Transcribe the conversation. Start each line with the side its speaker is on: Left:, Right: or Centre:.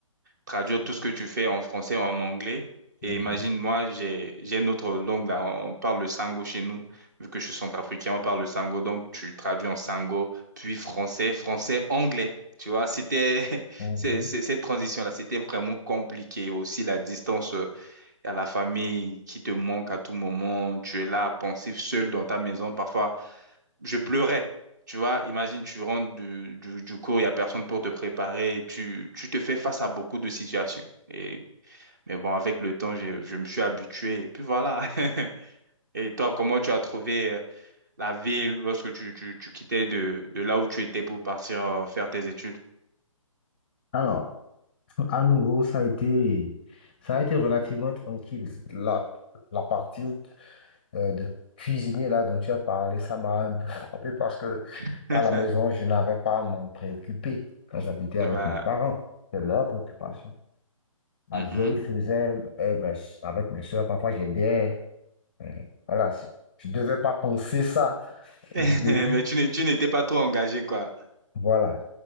Right: traduire tout ce que tu fais en français en anglais. Et
Left: Mhm,
Right: imagine, moi, j'ai, j'ai une autre langue là. On parle le sango chez nous. Vu que je suis centrafricain, on parle le sango. Donc, tu traduis en sango, puis français, français, anglais. Tu vois, c'était
Left: mhm.
Right: <laughs> c'est- c'est- cette transition-là, c'était vraiment compliqué. Aussi, la distance. euh, il y a la famille qui te manque à tout moment. Tu es là, pensif, seul dans ta maison. Parfois, je pleurais. Tu vois, imagine, tu rentres du, du, du cours, il n'y a personne pour te préparer. Tu, tu te fais face à beaucoup de situations. Et, mais bon, avec le temps, j'ai- je me suis habitué. Et puis voilà. <laughs> Et toi, comment tu as trouvé euh, la ville lorsque tu, tu, tu quittais de, de là où tu étais pour partir euh, faire tes études?
Left: Alors, <laughs> à nouveau, ça a été, ça a été relativement tranquille. La, la partie euh, de cuisiner là dont tu as parlé, ça m'a un peu <laughs> frappé parce que
Right: <laughs>
Left: à la maison, je n'avais pas à m'en préoccuper quand j'habitais
Right: Ouais.
Left: avec mes parents. C'était leur préoccupation. Ma
Right: Mhm.
Left: vieille faisait, et mes- avec mes soeurs, parfois j'aidais. Euh, Voilà, c'est- je ne devais pas penser ça
Right: <laughs> Mais
Left: du début.
Right: tu n'es- tu n'étais pas trop engagé, quoi.
Left: Voilà,